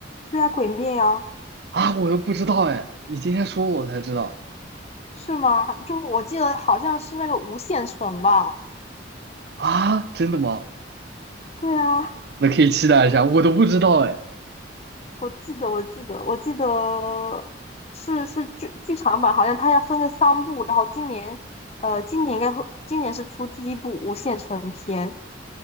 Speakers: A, on the left; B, on the right.
A: 对啊，鬼灭呀，
B: 啊，我都不知道哎，你今天说我才知道
A: 是吗？就我记得好像是那个无限城吧？
B: 啊，真的吗？
A: 对啊，
B: 那可以期待一下，我都不知道哎。
A: 我记得，我记得，我记得是是剧剧场版，好像它要分个三部，然后今年，呃，今年应该会，今年是出第一部无限城篇。